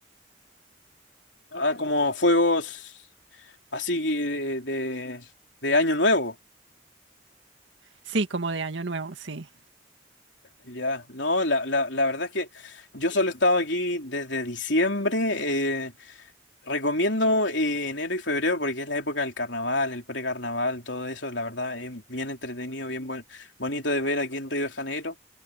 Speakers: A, on the left; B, on the right.
A: Ah, como fuegos así de, de, de Año Nuevo.
B: Sí, como de Año Nuevo, sí.
A: Ya, no, la, la, la verdad es que yo solo he estado aquí desde diciembre. eh, Recomiendo eh, enero y febrero porque es la época del carnaval, el precarnaval, todo eso, la verdad es bien entretenido, bien buen- bonito de ver aquí en Río de Janeiro.